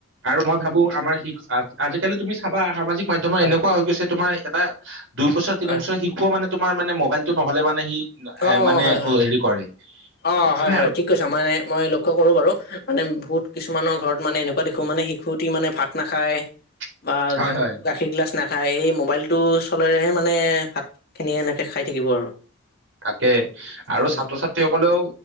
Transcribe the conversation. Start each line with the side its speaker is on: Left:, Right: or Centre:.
Right: আৰু মই ভাবো আমাৰ শি আজিকালি তুমি চাবা সামাজিক মাধ্যমৰ
Left: হয়
Right: এনেকুৱা হৈ গৈছে তোমাৰ এটা দুইবছৰ তিন
Left: হয়
Right: বছৰ শিশুও মানে তোমাৰ মানে মবাইলটো নহ'লে মানে সি এ,
Left: অ অ
Right: মানে
Left: হয় হয়
Right: হেৰি কৰে,
Left: অ
Right: সেইকাৰণে আৰু।
Left: <unintelligible> মানে মই লক্ষ্য কৰোঁ বাৰু মানে বহুত কিছুমানৰ ঘৰত মানে এনেকুৱা দেখো মানে শিশুটি মানে ভাত নাখায়।
Right: <inaudible>
Left: বা
Right: হয়
Left: গাখীৰ গিলাচ না খাই, এই মোবাইলটো চলেৰেহে মানে, ভাতখিনি এনেকৈ খাই থাকিব আৰু।
Right: তাকে আৰু
Left: অ
Right: ছাত্ৰ-ছাত্ৰীসকলেও